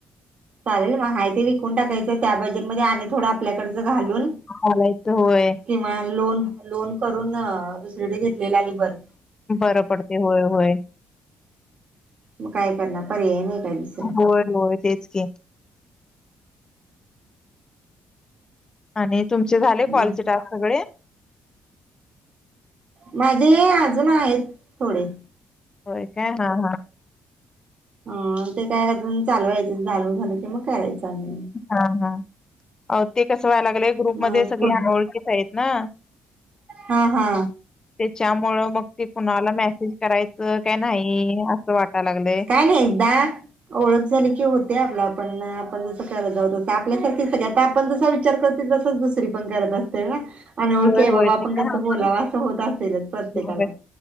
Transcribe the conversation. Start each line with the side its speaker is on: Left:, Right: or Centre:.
Right: चालेल मग ते विकून टाकायचं त्या बजेट मध्ये आणि थोडं आपल्याकडचं घालून
Left: घालायचं होय.
Right: किंवा लोन लोन करून दुसरीकडे घेतलेला आणि बरं
Left: बरं पडतय होय होय.
Right: मग काय करणार पर्याय नाय काहीच
Left: होय होय तेच की, आणि तुमचे झाले. कॉलचे
Right: मग
Left: टास्क सगळे.
Right: माझे अजून आहेत. थोडे.
Left: होय काय हा हा.
Right: हा ते काय कर चालूवायचं झालून झालं कि, मग करायचं आम्ही.
Left: हा हा ते कसं व्हायला लागलंय ग्रुपमध्येध्ये
Right: मग
Left: सगळी
Right: पण
Left: आवळखीच आहेत ना.
Right: हा हा.
Left: त्याच्यामुळ मग ते कुणाला मेसेज करायचं, काय नाही असं वाटाय लागलंय.
Right: आणि एकदा ओळख झाली की होते आपला आपण आपण जस करत जाऊतस आपल्यासारखी सगळ आता आपण जसा विचार तच दुसरी पण करत असते ना. अनोळखी
Left: होय,
Right: आहे
Left: होय
Right: बाबा,
Left: ते
Right: आपण
Left: पण
Right: कसं
Left: आहे
Right: बोलावं
Left: सोडा.
Right: असं होत असेलच प्रत्येकाला.
Left: होय.